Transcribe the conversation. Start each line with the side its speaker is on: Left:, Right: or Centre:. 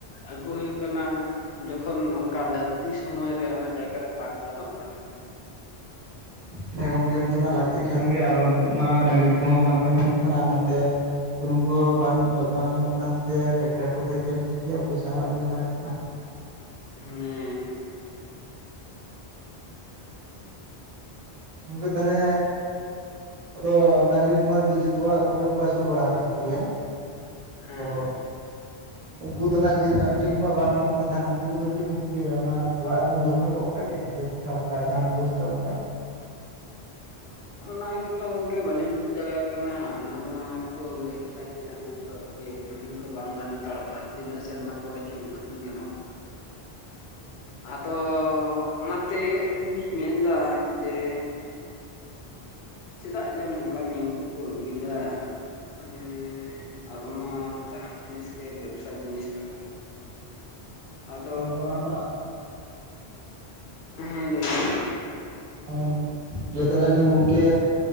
Left: ᱟᱹᱜᱩ ᱦᱩᱭᱩᱜ ᱠᱟᱱᱟ ᱡᱚᱠᱷᱚᱱ ᱚᱱᱠᱟ ᱞᱟᱹᱠᱛᱤ ᱥᱚᱢᱚᱭᱨᱮ ᱚᱱᱟ ᱡᱟᱭᱜᱟᱨᱮ ᱵᱟᱝ ᱜᱟᱱᱚᱜ ᱠᱟᱱᱟ᱾
Right: ᱦᱮᱸ ᱜᱚᱝᱠᱮ ᱱᱤᱛᱚᱜ ᱢᱟ ᱞᱟᱹᱠᱛᱤ ᱠᱟᱱ ᱜᱮᱭᱟ ᱟᱨᱚ ᱱᱤᱛᱚᱜ ᱢᱟ ᱰᱟᱹᱝᱜᱽᱨᱤ ᱠᱚᱦᱚᱸ ᱵᱟᱝᱠᱚ ᱧᱟᱢᱚᱜ ᱠᱟᱱᱟ ᱟᱨ ᱱᱚᱛᱮ ᱥᱩᱱᱩᱢ ᱠᱚ ᱵᱟᱝ ᱵᱟᱝ ᱧᱟᱢᱚᱜ ᱠᱟᱱ ᱛᱮ ᱴᱮᱠᱴᱟᱨ ᱠᱚᱛᱮ ᱪᱮᱫ ᱮᱢ ᱥᱤ ᱦᱚᱪᱚᱭᱟ ᱯᱚᱭᱥᱟ ᱦᱚᱸ ᱟᱹᱰᱤ ᱜᱟᱱ ᱞᱟᱜᱟᱜ ᱠᱟᱱᱟ᱾
Left: ᱦᱮᱸ
Right: ᱜᱚᱝᱠᱮ ᱛᱟᱦᱞᱮ ᱟᱫᱚ ᱰᱟᱹᱝᱨᱤ ᱠᱚᱢᱟ ᱡᱚᱛᱚ ᱚᱲᱟᱜ ᱠᱚᱨᱮ ᱠᱚ ᱟᱹᱥᱩᱞ ᱵᱟᱲᱟ ᱟᱠᱟᱫ ᱠᱚᱜᱮᱭᱟ
Left: ᱦᱮᱸ
Right: ᱟᱫᱚ ᱩᱱᱠᱩ ᱫᱚ ᱱᱟᱸᱜ ᱡᱮᱦᱮᱛᱩ ᱟᱠᱷᱨᱤᱧ ᱠᱚᱢᱟ ᱵᱟᱝ ᱜᱟᱱᱚᱜ ᱠᱟᱱᱟ ᱛᱟᱦᱮᱱᱟ ᱩᱱᱠᱩ ᱠᱚᱫᱚ ᱪᱮᱫ ᱵᱚᱱ ᱪᱤᱠᱟᱹᱭᱟ ᱚᱱᱟ ᱚᱲᱟᱜ ᱨᱮᱜᱮ ᱵᱚᱱ ᱫᱚ ᱠᱟᱠᱚ ᱚᱱᱠᱟ ᱜᱮ ᱥᱮ ᱠᱟᱞᱠᱟ ᱡᱟᱦᱟᱱᱟᱜ ᱵᱮᱵᱚᱥᱛᱷᱟ ᱚᱱᱠᱟ
Left: ᱚᱱᱟ ᱜᱮᱛᱚ ᱜᱚᱝᱠᱮ ᱵᱟᱹᱞᱮᱧ ᱵᱩᱡᱽ ᱫᱟᱲᱮᱭᱟᱜ ᱠᱟᱱᱟ ᱚᱱᱟ ᱢᱟ ᱠᱚ ᱞᱟᱹᱭ ᱠᱟᱫᱟ ᱡᱮ ᱰᱟᱹᱝᱨᱤ ᱦᱳᱭ ᱟᱹᱠᱷᱨᱤᱧ ᱠᱚ ᱵᱟᱝ ᱜᱟᱱ ᱦᱟᱛᱟᱲᱚᱜᱼᱟ ᱛᱤᱱᱟᱹᱜ ᱥᱮᱨᱢᱟ ᱯᱚᱨᱮ ᱪᱚᱝ ᱟᱹᱠᱷᱨᱤᱧ ᱜᱟᱱᱚᱜ ᱟᱫᱚ ᱚᱱᱟ ᱛᱮ ᱟᱹᱞᱤᱧ ᱞᱤᱧ ᱢᱮᱱ ᱮᱫᱟ ᱡᱮ ᱪᱮᱫᱟᱜ ᱡᱮ ᱱᱚᱝᱠᱟᱱ ᱱᱤᱭᱚᱢ ᱠᱚᱠᱚ ᱟᱹᱜᱩᱭᱮᱫᱟ᱾ ᱢᱟᱱᱮ ᱟᱵᱚ ᱢᱟ ᱡᱟᱦᱟᱱ ᱡᱤᱱᱤᱥ ᱜᱮ ᱵᱮᱵᱽᱥᱟ ᱡᱤᱱᱤᱥ ᱞᱮᱠᱟ᱾ ᱟᱫᱚ
Right: ᱚᱱᱠᱟ ᱢᱟᱱᱟᱜ ᱢᱟ <unintelligible>
Left: ᱦᱮᱸ ᱞᱟᱹᱭ ᱵᱤᱱ
Right: ᱦᱮᱸ ᱜᱚᱝᱠᱮ ᱞᱟᱹᱭ ᱫᱟᱲᱮᱭᱟᱜᱼᱟ ᱞᱤᱧ ᱜᱚᱝᱠᱮ,